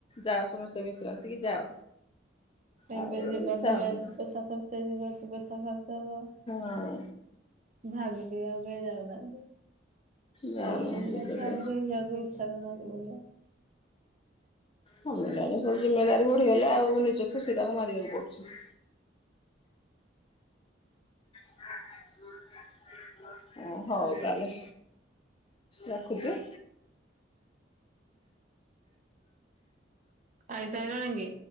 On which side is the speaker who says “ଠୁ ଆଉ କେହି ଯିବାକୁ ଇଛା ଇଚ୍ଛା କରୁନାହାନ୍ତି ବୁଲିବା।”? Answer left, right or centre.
Right